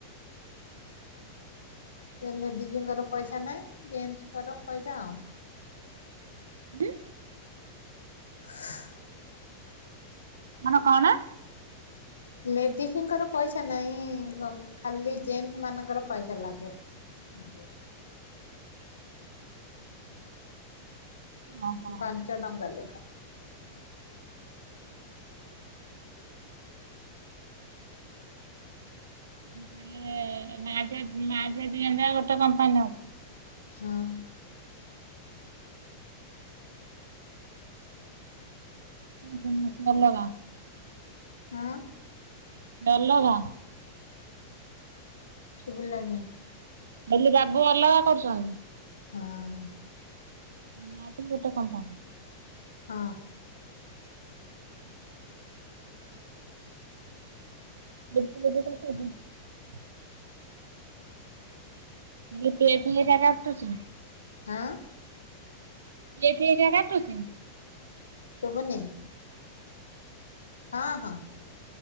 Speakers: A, on the left; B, on the right.
A: ସେ ଲେଡିଜଙ୍କର ପଇସା ନାହିଁ। ଜେଣ୍ଟସଙ୍କର ପଇସା ଆଉ।
B: ହୁଁ।
A: <unintelligible>
B: ମାନେ କଣ?
A: ଲେଡିଜଙ୍କର ପଇସା ନାହିଁ ଗମ ଖାଲି ଜେଣ୍ଟସ ମାନଙ୍କର ପଇସା ଲାଗେ। ହୁ।
B: ଓହୋ
A: ପାଞ୍ଚ ଟଙ୍କା ଲେଖା।
B: ତାହାଲେ ମା ଝିଅ ମା ଝିଅ ଦି ଜନ ଯାକ ଗୋଟେ କମ୍ପାନୀ ରେ ଅଛ।
A: ହଁ।
B: <unintelligible> ଅଲଗା।
A: ହଁ।
B: ଅଲଗା।
A: ଶୁଭିଲାନି।
B: ବଇଲି ବାବୁ ଅଲଗା କରୁଛନ୍ତି।
A: ହଁ।
B: ବାବୁ ଗୋଟେ କମ୍ପାନୀ।
A: ହଁ।
B: <unintelligible> ମୁଁ କହିଲି ପିଏ ଫିଏ <unintelligible> କାଟୁଚି ନା?
A: ହଁ।
B: ପିଏ ଫିଏ ହେରିକା <unintelligible> କାଟୁଚି?
A: ଶୁବୁନି। ହଁ ହଁ।